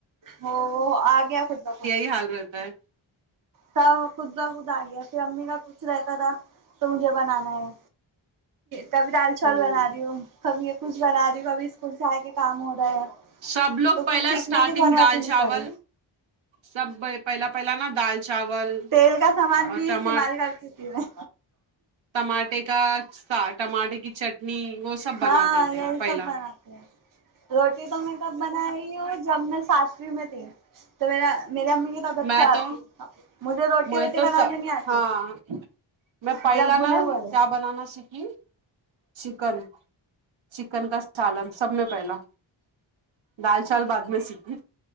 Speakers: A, on the right; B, on the right.
A: ہو آ گیا خود با خود
B: کیا حال رہتا ہے
A: سب خود با خود آ گیا پھر امی کا پوچھ رہتا تھا تو مجھے بنانا ہے کبھی دال چاول
B: ہ
A: بنا رہی ہوں کبھی یہ کچھ بنا رہی ہو کبھی اسکول سے آ کے کام ہو رہا ہے
B: سب لوگ
A: تو
B: پہلے
A: کچھ سیکھنے
B: اسٹارٹنگ
A: کی ضرورت
B: دال
A: ہی نہیں
B: چاول
A: پڑی
B: سب پہلا پہلا نا دال چاول
A: تیل کا سامان
B: اور
A: بھی
B: ٹما
A: استعمال کرتی تھی میں
B: ٹماٹے کا سا ٹماٹے کی چٹنی وہ سب بناتے
A: ہاں
B: تھے
A: یہی
B: پہلا
A: سب بناتے ہیں روٹی تو میں کب بنا رہی ہوں جب میں ساتویں میں تھی تو میر میرے امی کی طبیعت
B: میں
A: خراب
B: تو
A: تھی مجھے روٹی
B: میں
A: ووٹی
B: تو
A: بنانے
B: سب
A: نہیں آتی
B: ہاں میں پہلا
A: میرے ابو
B: نا
A: نے بولے
B: کیا بنانا سیکھ ہوں چکن چکن کا سالن سب میں پہلا دال چاول بعد میں سیکھی